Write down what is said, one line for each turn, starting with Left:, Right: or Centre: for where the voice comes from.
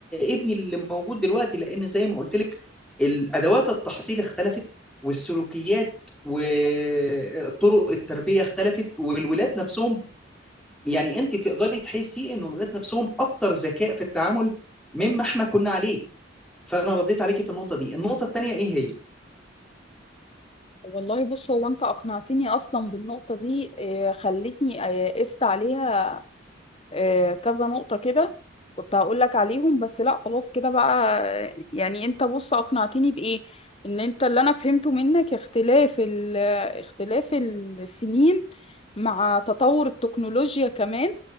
Centre: ابني اللي موجود دلوقتي لان زي ما قلت لك الادوات التحصيل اختلفت والسلوكيات وطرق التربيه اختلفت والولاد نفسهم يعني انت تقدري تحسي ان الولاد نفسهم اكتر ذكاء في التعامل مما احنا كنا عليه فانا رديت عليكي في النقطه دي النقطه الثانيه ايه هي
Left: والله بص هو انت اقنعتني اصلا بالنقطه دي آه، خلتني آه، قست عليها آه، كذا نقطة كده كنت هقول لك عليهم بس لا خلاص كده بقى يعني انت بص اقنعتني بإيه ان انت اللي انا فهمته منك اختلاف ال اختلاف السنين مع تطور التكنولوجيا كمان